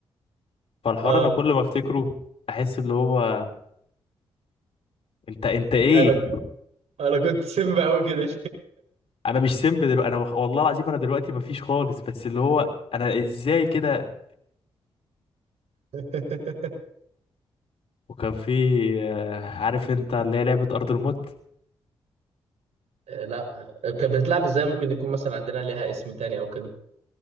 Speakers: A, on the left (about 55°); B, on the right (about 70°).
A: فالحوار
B: اه
A: انا كل ما افتكره احس اللي هو انت انت ايه
B: انا ك- انا كنت سم قوي كده
A: انا مش سيمب دلوقتي انا وخ- والله العظيم انا دلوقتي مفيش خالص بس اللي هو انا ازاي كده
B: <laughs>
A: وكان في آه، عارف انت اللي هي لعبة ارض الموت
B: آه، لا كانت بتتلعب ازاي ممكن يكون مثلا عندنا ليها اسم تاني او كده